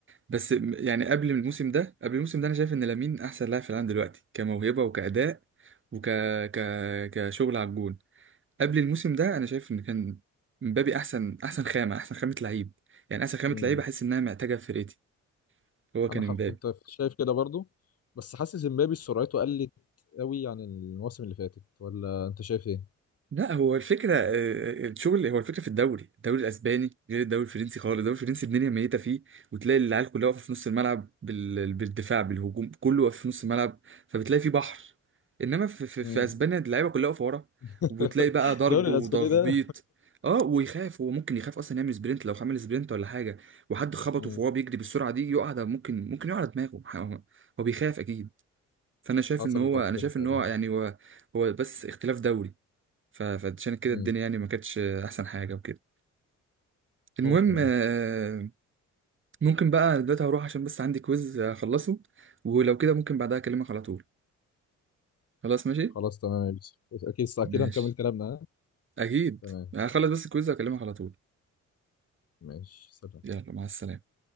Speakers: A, on the right; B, on the left.
A: بس م- يعني قبل الموسم ده قبل الموسم ده انا شايف ان لامين احسن لاعب في العالم دلوقتي كموهبه وكاداء وك ك... كشغل على الجون قبل الموسم ده انا شايف ان كان مبابي احسن احسن خامه احسن خامه لعيب يعني احسن خامه
B: مم.
A: لعيب احس انها محتاجه في فرقتي هو كان
B: انا ح-
A: مبابي
B: كنت شايف كده برضو بس حاسس امبابي سرعته قلت قوي عن المواسم اللي فاتت ولا انت شايف ايه؟
A: لا هو الفكرة آه، آه، الشغل هو الفكرة في الدوري الدوري الأسباني غير الدوري الفرنسي خالص الدوري الفرنسي الدنيا ميتة فيه وتلاقي العيال كلها واقفة في نص الملعب بال... بالدفاع بالهجوم كله واقف في نص الملعب فبتلاقي فيه بحر إنما في, في...
B: مم.
A: في أسبانيا اللعيبة كلها واقفة ورا
B: <laughs>
A: وبتلاقي بقى ضرب
B: الدوري الاسباني
A: وتخبيط
B: ده
A: اه ويخاف هو ممكن يخاف اصلا يعمل سبرنت لو عمل سبرنت ولا حاجه وحد خبطه
B: مم.
A: فهو بيجري بالسرعه دي يقع ده ممكن ممكن يقع على دماغه هو هو بيخاف اكيد فانا شايف
B: حصلت
A: ان هو
B: قبل
A: انا
B: كده
A: شايف ان
B: تقريبا
A: هو يعني هو هو بس اختلاف دوري ف- فعشان كده
B: مم.
A: الدنيا يعني ما كانتش احسن حاجه وكده المهم
B: ممكن اه
A: آه، ممكن بقى أنا دلوقتي هروح عشان بس عندي كويز اخلصه ولو كده ممكن بعدها اكلمك على طول خلاص ماشي
B: خلاص تمام يا يوسف اكيد
A: ماشي
B: كده نكمل كلامنا ها؟
A: اكيد
B: تمام
A: هخلص بس الكويز واكلمك على طول
B: ماشي سلام
A: يلا مع السلامه